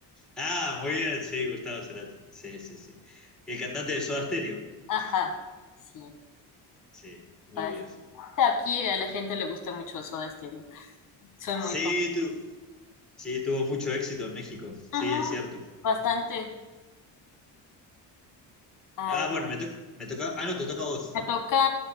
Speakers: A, in the centre; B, on the left (about 50°).
A: Ah, muy bien, sí, Gustavo Cerati. Sí, sí, sí. El cantante de Soda Stereo.
B: Ajá, sí.
A: Sí, muy
B: Pues,
A: bien.
B: aquí a la gente le gusta mucho Soda Stereo. Soy
A: Sí,
B: muy fan.
A: tu, sí, tuvo mucho éxito en México. Sí,
B: Ujú,
A: es cierto.
B: bastante.
A: Mm.
B: A
A: Ah,
B: ver,
A: bueno, me toca, me toca. Ah, no, te toca a vos.
B: me toca